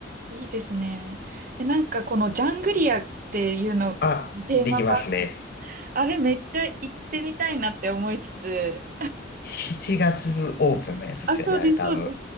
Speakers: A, on the right; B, on the left.
A: いいですね。え、なんかこのジャングリアっていうの、
B: あ、
A: テーマパーク、
B: できますね。
A: あれめっちゃ行ってみたいなって思いつつ、
B: 7月オープンのやつですよね、
A: あ、そうです、
B: あれ多分。
A: そうで